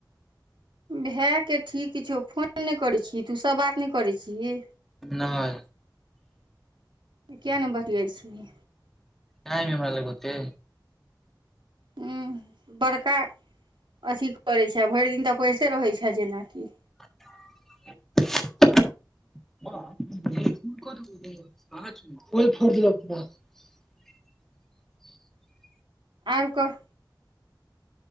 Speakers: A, on the right; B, in the centre.
A: भए के ठीक छौ फोन नहि करै छी तू सभ बात नहि करै छी ही
B: नहि
A: कियै नहि बतियाय छी ही
B: टाइम यै हमरा लग ओते
A: ह बड़का अथि करय छै भरि दिन तऽ पढ़िते रहै छै जेनाकि
B: <unintelligible>
A: आओर कह